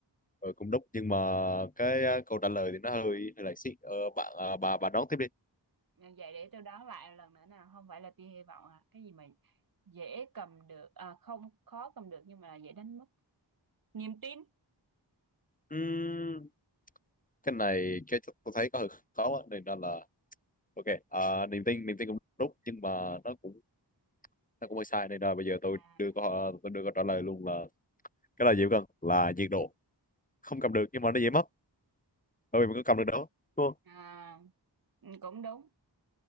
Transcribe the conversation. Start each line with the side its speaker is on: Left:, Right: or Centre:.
Left: Ờ cũng đúng nhưng mà cái à, câu trả lời thì nó hơi hơi lầy xí. Ờ bạn à, bà bà đón tiếp đi.
Right: Ờ, Vậy để tôi đoán lại lần nữa nào không phải là tia hy vọng à cái gì mà dễ cầm được à, không khó cầm được nhưng mà là dễ đánh mất niềm tin
Left: Ừm, cái này cái tôi thấy có hơi khó á, nên là, là ok à, niềm tin niềm tin cũng đúng nhưng mà nó cũng nó cũng hơi sai nên là bây giờ tôi
Right: à,
Left: đưa câu tôi đưa câu trả lời luôn là cái là gì gần là nhiệt độ không cầm được nhưng mà nó dễ mất bởi vì mình có cầm được đó đúng không
Right: à, ừ, cũng đúng